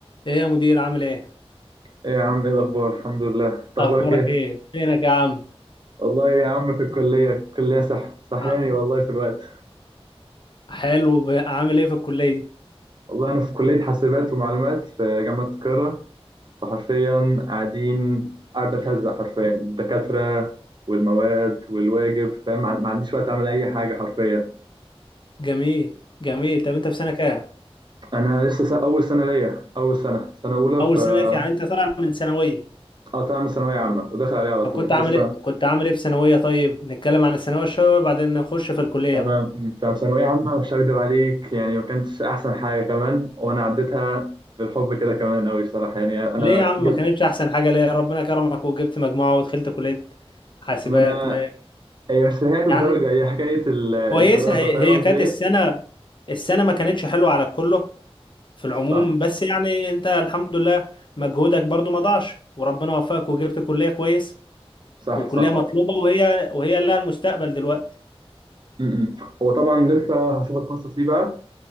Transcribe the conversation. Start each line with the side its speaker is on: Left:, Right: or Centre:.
Left: ايه يا مدير عامل ايه
Right: ايه يا عم ايه الاخبار الحمد لله انت اخبارك
Left: اخبارك
Right: ايه
Left: ايه فينك يا عم
Right: والله يا عم في الكليه الكليه سح سحلاني
Left: عم-
Right: والله في الوقت
Left: حلو ب- عامل ايه في الكليه
Right: والله انا في كليه حاسبات ومعلومات في جامعه القاهره فحرفيا قاعدين قاعد بتهزق حرفيا الدكاتره والمواد والواجب فاهم ما ما عنديش وقت اعمل اي حاجه حرفيا
Left: جميل جميل طب انت في سنه كام
Right: انا لسه سنة اول سنه ليا اول سنه سنه اولى
Left: اول
Right: فقطعت
Left: سنه ليك، يعني انت طالع من ثانويه
Right: من ثانويه عامه وداخل عليها على
Left: طب
Right: طول
Left: كنت عامل
Right: لسه
Left: ايه كنت عامل ايه في ثانويه طيب نتكلم عن الثانويه شويه وبعدين نخش في الكليه
Right: تمام
Left: بقى
Right: مم. طب ثانوية عامة مش هكدب عليك يعني ما كانتش أحسن حاجة كمان وأنا عديتها بالحب كده كمان أوي صراحة يعني أنا
Left: ليه يا عم
Right: جبت
Left: ما كانتش احسن حاجه ليه ربنا كرمك وجبت مجموعه ودخلت كليه حاسبات
Right: ما أنا
Left: ما
Right: هي مش حكاية الدرجة
Left: يعني
Right: هي حكاية ال- الدراسة
Left: كويسه هي
Right: فاهم
Left: هي
Right: قصدي
Left: كانت
Right: إيه؟
Left: السنه السنه ما كانتش حلوه على كله في العموم
Right: صح
Left: بس يعني انت الحمد لله مجهودك برضو ما ضاعش وربنا وفقك وجبت كلية كويس
Right: صح
Left: وكلية
Right: صح
Left: مطلوبة وهي وهي لها المستقبل دلوقتي
Right: م-م. هو طبعا لسه هشوف أتخصص إيه بقى